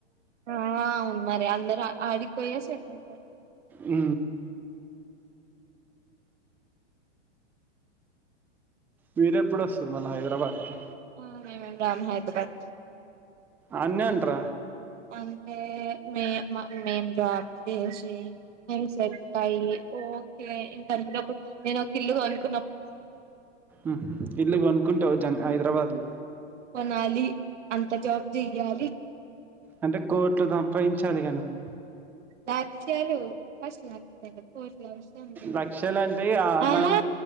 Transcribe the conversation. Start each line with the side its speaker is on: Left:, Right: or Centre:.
Right: అవును మరి అందరు ఆడికు పోయే సెట్ ఐతరు
Centre: ఊ మీర ఎప్పుడు వస్తున్నారు హైదరాబాద్కి
Right: అ మేమేం రామ్ హైదరాబాద్
Centre: అన్నే ఉంట్ర
Right: అంటే మే మ మేం జాబ్ చేసి నేను సెట్ ఐయ్ ఓకే ఇంకానుకుప్పుడు నేను ఒక ఇల్లు కొను
Centre: ఉ ఇల్లు కొనుక్కుంటావు జన్ హైదరాబాద్ లో
Right: కొనాలి అంత జాబ్ చెయ్యాలి
Centre: అంటే కోట్లు సంపాదించాలి ఇగ నువ్
Right: లక్ష్యలు ఫస్ట్ లక్షలు కోట్లు అవసరం లేదు
Centre: లక్షలు అంటే ఇగ
Right: ఆహా
Centre: మనం